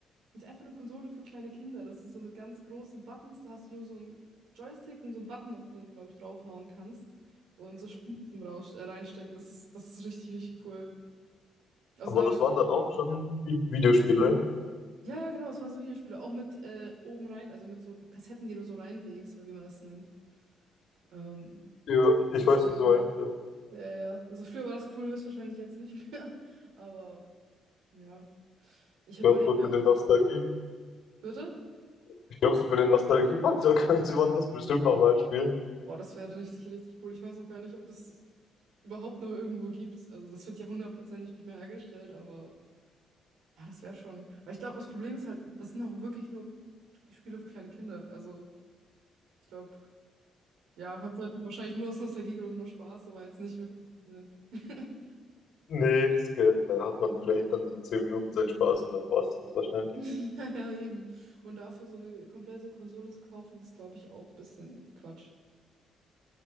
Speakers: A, on the right; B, on the left.
A: Ist einfach eine Konsole für kleine Kinder. Das ist so mit ganz großen Buttons. Da hast du nur so einen Joystick und so einen Button, auf den du, glaube ich, draufhauen kannst. Und so Spiele zum Raus äh, reinstecken. Das ist, das ist richtig, richtig cool. Also
B: Aber
A: damals.
B: das waren dann
A: cool.
B: auch schon Vi- Videospiele.
A: Ja, ja, genau. Es waren so Videospiele. Auch mit äh, oben rein, also mit so Kassetten, die du so reinlegst oder wie man das nennt. Ähm,
B: Ja, ich
A: gab's
B: weiß,
A: da
B: was du
A: nicht.
B: meinst. ja.
A: Ja, ja. Also früher war das cool, höchstwahrscheinlich jetzt nicht mehr. <laughs> Aber ja. Ich
B: Ich
A: überlege
B: glaube, so
A: mir
B: für
A: auch
B: den Nostalgie,
A: die. Bitte?
B: ich glaube, so für den Nostalgiefaktor <laughs> könnte man das bestimmt nochmal spielen.
A: Boah, das wäre richtig, richtig cool. Ich weiß auch gar nicht, ob das überhaupt noch irgendwo gibt. Also das wird ja hundertprozentig nicht mehr hergestellt, aber ja, das wäre schon. Weil ich glaube, das Problem ist halt, das sind auch wirklich nur Spiele für kleine Kinder. Also ich glaube, ja, heute hat man wahrscheinlich nur aus Nostalgiegründen nur Spaß, aber jetzt nicht wirklich. äh, <laughs>
B: Nee, das geht. Da hat man vielleicht dann so zehn Minuten seinen Spaß und dann war es das wahrscheinlich.
A: Ja, ja, eben. Und dafür so eine komplette Konsole zu kaufen, ist, glaube ich, auch ein bisschen Quatsch.